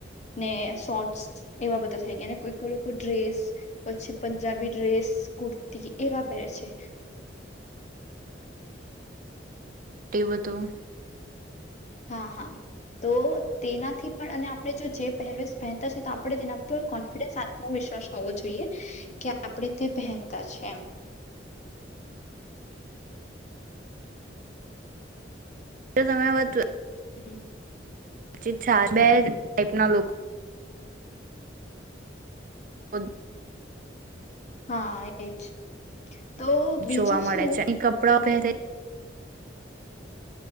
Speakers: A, on the left; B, on the right.
A: ને શોર્ટ્સ એવા બધા થઈ ગયા કોઈ લોકો ડ્રેસ પછી પંજાબી ડ્રેસ કુર્તી એવા પહેરે છે.
B: તે વધૂ
A: હા હા, તો તેનાથી પણ અને આપણે જો જે પહેરવેશ પહેનતા છે તો આપણે તેના પર કોન્ફિડન્સ આત્મવિશ્વાસ હોવો જોઈએ, કે આપણે તે પહેનતા છે એમ.
B: જો તમે આ વાત
A: હમ.
B: ી છા બે ટાઈપ ના લોકો <unintelligible>
A: હા એજ. તો બીજું
B: જોવા મળે
A: શું
B: છે એ કપડા પેરેસ